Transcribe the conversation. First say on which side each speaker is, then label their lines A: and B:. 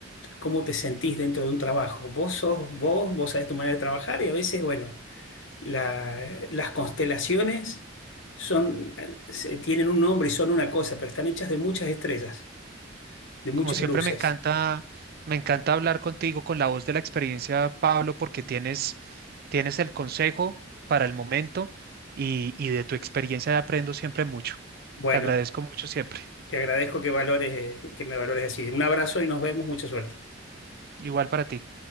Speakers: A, on the left; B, on the right.
A: cómo te sentís dentro de un trabajo. Vos sos vos, vos sabés tu manera de trabajar y a veces, bueno. La- las constelaciones son, se- tienen un nombre y son una cosa, pero están hechas de muchas estrellas, de muchas
B: Como siempre,
A: luces.
B: me encanta, me encanta hablar contigo con la voz de la experiencia, Pablo, porque tienes, tienes el consejo para el momento y, y de tu experiencia aprendo siempre mucho.
A: Bueno,
B: Te agradezco mucho siempre.
A: te agradezco que valores, que me valores así. Un abrazo y nos vemos. Mucha suerte.
B: Igual para ti.